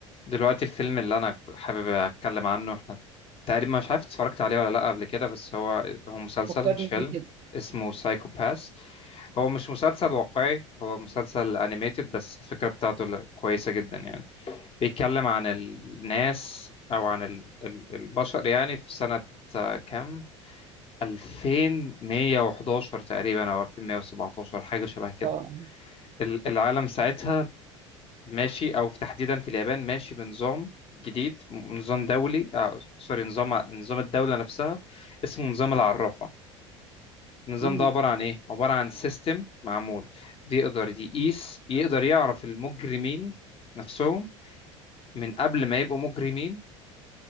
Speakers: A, on the left; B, on the right.
A: دلوقتي الفيلم اللي انا حابب اتكلم عنه احنا تقريبا مش عارف اتفرجت عليه ولا لا قبل كده بس هو هو مسلسل
B: فكرني
A: مش فيلم
B: بيه كده
A: اسمه سايكو باس هو مش مسلسل واقعي هو مسلسل انيميتد بس الفكرة بتاعته ل- كويسة جدا يعني بيتكلم عن الناس او عن ال- ال- البشر يعني في سنة آه، كام 2111 تقريبا او 2117 حاجة شبه كده
B: اه
A: ال- العالم ساعتها ماشي او في تحديدا في اليابان ماشي بنظام جديد نظام دولي آه سوري نظام نظام الدوله نفسها اسمه نظام العرافه النظام
B: امم
A: ده عباره عن ايه عباره عن سيستم معمول بيقدر يقيس يقدر يعرف المجرمين نفسهم من قبل ما يبقوا مجرمين